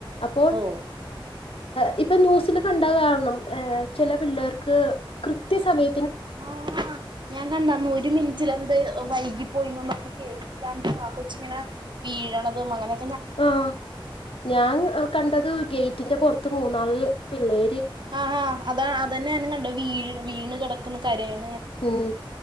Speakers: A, on the left; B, on the right.
A: അപ്പോൾ
B: ഓ
A: ഈ ഇപ്പൊ ന്യൂസിൽ കണ്ട കാരണം അ ചില പിള്ളേർക്ക് കൃത്യ സമയ
B: ആഹ ഞാൻ കണ്ടന്നു ഒരു മിനിറ്റിലന്ത് അ വൈകിപോയി ന്നൊന്നം പർഞ് കേ ല്ലാണ്ട് ആ കൊച്ചിങ്ങനെ വീഴണതും അങ്ങനെ
A: ആ ഞാൻ അ കണ്ടത് ഗേറ്റിന്റെ പുറത്ത് മൂന്നാള് പിള്ളേ
B: ആ ഹാ അതാ അതന്നെ ഞാനും കണ്ട വീണ വീണ് കിടക്കുന്ന കരയാ
A: ഉം...